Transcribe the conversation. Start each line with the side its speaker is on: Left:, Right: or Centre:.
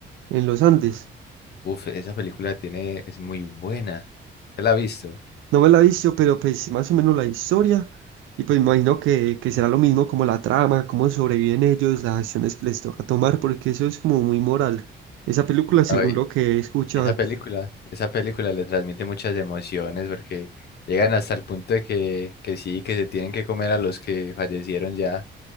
Right: en los Andes.
Left: Uf, esa película tiene, es muy buena. ¿Te la has visto?
Right: No me la he visto, pero pues más o menos la historia. Y pues me imagino que, que será lo mismo como la trama, cómo sobreviven ellos, las acciones que les toca tomar, porque eso es como muy moral. Esa película, según
Left: Ay,
Right: lo que he escuchado,
Left: esa película, esa película le transmite muchas emociones porque llegan hasta el punto de que, que sí, que se tienen que comer a los que fallecieron ya.